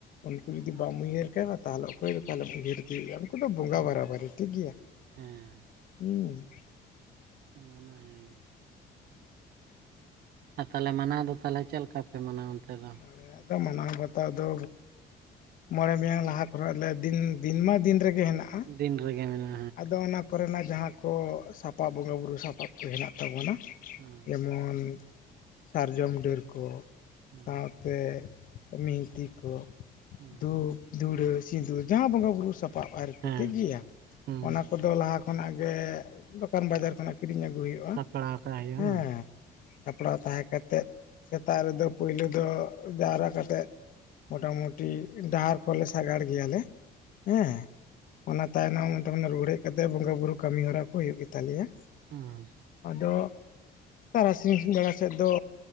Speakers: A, on the left; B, on the right.
A: ᱩᱱᱠᱩ ᱡᱩᱫᱤ ᱵᱟᱝ ᱩᱭᱦᱟᱹᱨ ᱠᱟᱢᱮ ᱛᱟᱦᱚᱞᱮ ᱚᱠᱚᱭ ᱫᱚ ᱛᱟᱦᱚᱞᱮ ᱩᱭᱦᱟᱹᱨ ᱤᱫᱤᱭᱮᱭᱟ᱾ ᱩᱱᱠᱩ ᱫᱚ ᱵᱚᱸᱜᱟ
B: ᱦᱮᱸ
A: ᱵᱟᱨᱟᱵᱟᱹᱨᱤ ᱴᱷᱤᱠ ᱜᱮᱭᱟ ᱾
B: ᱦᱮᱸ ᱚᱱᱟ ᱢᱟ ᱦᱮᱸᱜᱮ ᱾ ᱟᱨ ᱛᱟᱦᱚᱞᱮ ᱢᱟᱱᱟᱣ ᱫᱚ ᱛᱟᱦᱞᱮ ᱪᱮᱫ ᱞᱮᱠᱟ ᱯᱮ ᱢᱟᱱᱟᱣᱟ ᱚᱱᱛᱮ ᱫᱚ?
A: ᱟᱞᱮᱭᱟᱜ ᱢᱟᱱᱟᱣ ᱵᱟᱛᱟᱣ ᱫᱚ ᱢᱚᱬᱮ ᱢᱟᱦᱟᱸ ᱞᱟᱦᱟ ᱠᱷᱚᱱᱟᱜ ᱜᱮ ᱫᱤᱱᱢᱟ ᱫᱤᱱ ᱦᱮᱱᱟᱜᱼᱟ
B: ᱫᱤᱱ ᱨᱮᱜᱮ ᱢᱮᱱᱟᱜ-ᱟ᱾
A: ᱟᱫᱚ ᱚᱱᱟ ᱠᱚᱨᱮᱱᱟᱜ ᱡᱟᱦᱟᱸ ᱠᱚ ᱵᱚᱸᱜᱟ ᱵᱩᱨᱩ ᱥᱟᱯᱟᱵ ᱠᱚ ᱦᱮᱱᱟᱜ ᱛᱟᱵᱚᱱᱟ᱾
B: ᱦᱮᱸ
A: ᱡᱮᱢᱚᱱ ᱥᱟᱨᱡᱚᱢ ᱰᱟᱹᱨ ᱠᱚ
B: ᱦᱮᱸ
A: ᱥᱟᱶᱛᱮ ᱢᱤᱛᱷᱤ ᱠᱚ
B: ᱦᱮᱸ
A: ᱫᱷᱩᱯ-ᱫᱷᱩᱲᱟᱹ ᱥᱤᱸᱫᱩᱨ ᱡᱟᱦᱟᱸ ᱵᱚᱸᱜᱟᱼᱵᱩᱨᱩ ᱥᱟᱯᱟᱯ ᱥᱟᱯᱟᱵ ᱟᱨᱠᱤ
B: ᱦᱮᱸ
A: ᱴᱷᱤᱠ ᱜᱮᱭᱟ
B: ᱦᱮᱸ
A: ᱚᱱᱟ ᱠᱚᱫᱚ ᱞᱟᱦᱟ ᱠᱷᱚᱱᱟᱜ ᱜᱮ ᱫᱚᱠᱟᱱ ᱵᱟᱡᱟᱨ ᱠᱷᱚᱱᱟᱜ ᱠᱤᱨᱤᱧ ᱜᱩᱭᱩᱜ-ᱟ᱾
B: ᱥᱟᱯᱲᱟᱣ
A: ᱠᱤᱨᱤᱧ ᱟᱹᱜᱩ
B: ᱠᱟᱜ ᱦᱩᱭᱩᱜᱼᱟ
A: ᱦᱩᱭᱩᱜᱼᱟ᱾ᱦᱮᱸ ᱥᱟᱯᱲᱟᱣ ᱛᱟᱦᱮᱸ ᱠᱟᱛᱮ ᱪᱮᱫ ᱥᱮᱛᱟᱜ ᱨᱮᱫᱚ ᱯᱩᱭᱞᱩ ᱫᱚ ᱡᱟᱣᱨᱟ ᱠᱟᱛᱮᱫ ᱢᱚᱴᱟ ᱢᱩᱴᱤ ᱦᱟᱥᱟ ᱠᱚ ᱥᱟᱜᱟᱲ ᱜᱮᱭᱟᱞᱮ ᱦᱮᱸ ᱚᱱᱟ ᱛᱟᱭᱱᱚᱢ ᱾ ᱛᱚ ᱨᱩᱣᱟᱹᱲᱦᱮᱡ ᱠᱟᱛᱮ ᱵᱚᱸᱜᱟ ᱵᱩᱨᱩ ᱠᱟᱹᱢᱤ ᱦᱚᱨᱟ ᱠᱚ ᱦᱩᱭᱩᱜ ᱜᱮᱛᱟᱞᱮᱭᱟ
B: ᱦᱮᱸ ᱦᱮᱸ
A: ᱟᱫᱚ ᱛᱟᱨᱟᱥᱤᱧ ᱵᱮᱲᱟ ᱥᱮᱫ ᱫᱚ